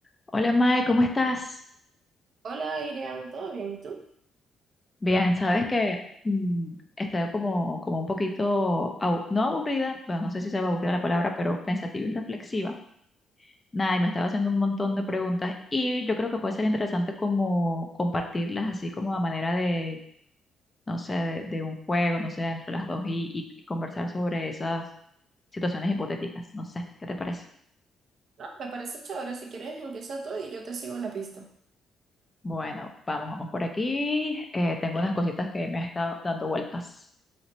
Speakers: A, on the left; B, on the right.
A: Hola Mae, ¿cómo estás?
B: Hola, Irian, ¿todo bien? ¿Tú?
A: Bien, sabes que mm, estoy como, como un poquito, abu- no aburrida, bueno, no sé si se va aburrida la palabra, pero pensativa y reflexiva. Nada, y me estaba haciendo un montón de preguntas y yo creo que puede ser interesante como compartirlas así como a manera de, no sé, de, de un juego, no sé, entre las dos y, y- y conversar sobre esas situaciones hipotéticas. No sé, ¿qué te parece?
B: No, me parece chévere. Si quieres, empieza tú y yo te sigo en la pista.
A: Bueno, vamos, vamos por aquí. Eh, tengo unas cositas que me han estado dando vueltas.